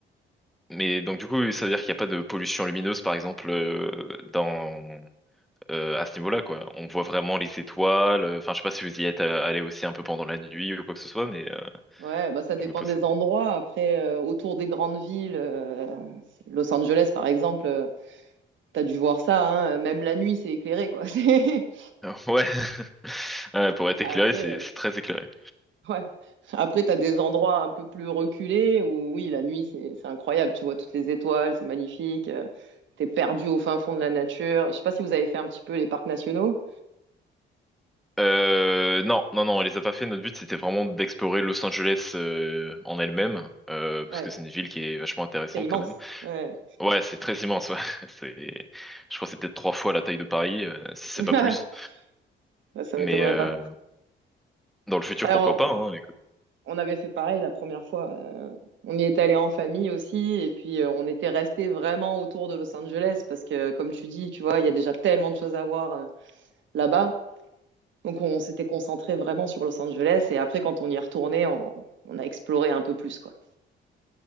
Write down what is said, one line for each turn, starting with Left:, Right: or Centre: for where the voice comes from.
Centre: Mais donc du coup, ça veut dire qu'il n'y a pas de pollution lumineuse, par exemple, euh, dans... euh, à ce niveau-là, quoi. On voit vraiment les étoiles. euh, Enfin, je sais pas si vous y êtes euh, allé aussi un peu pendant la nuit ou quoi que ce soit, mais euh,
Right: Ouais, bah ça dépend
Centre: je me pose.
Right: des endroits. Après, euh, autour des grandes villes, euh, c'est- Los Angeles par exemple, euh, t'as dû voir ça, hein, même la nuit c'est éclairé quoi. <laughs>
Centre: Ah, Ouais. <laughs> Ouais,
Right: C'est-
Centre: pour
Right: Mais
Centre: être
Right: après,
Centre: éclairé, c'est
Right: euh,
Centre: c'est très éclairé.
Right: ouais. Après, t'as des endroits un peu plus reculés où oui, la nuit c'est c'est incroyable. Tu vois toutes les étoiles, c'est magnifique. euh, t'es perdu au fin fond de la nature. Je sais pas si vous avez fait un petit peu les parcs nationaux.
Centre: Euh, non, non, non, on les a pas fait. Notre but, c'était vraiment d'explorer Los Angeles euh, en elle-même, euh, parce
Right: Ouais,
Centre: que c'est une ville qui est vachement intéressante
Right: c'est immense.
Centre: quand même.
Right: Ouais.
Centre: Ouais, c'est très immense. Ouais. <laughs> C'est, je crois, que c'est peut-être trois fois la taille de Paris, euh, si c'est
Right: <laughs>
Centre: pas plus.
Right: Ça
Centre: Mais
Right: m'étonnerait
Centre: euh,
Right: pas.
Centre: dans le futur,
Right: Ouais,
Centre: pourquoi
Right: on,
Centre: pas, hein.
Right: on avait fait pareil la première fois. euh, on y est allé en famille aussi, et puis euh, on était resté vraiment autour de Los Angeles parce que, euh, comme tu dis, tu vois, il y a déjà tellement de choses à voir euh, là-bas. Donc on s'était concentré vraiment sur Los Angeles, et après quand on y est retourné, on, on a exploré un peu plus, quoi.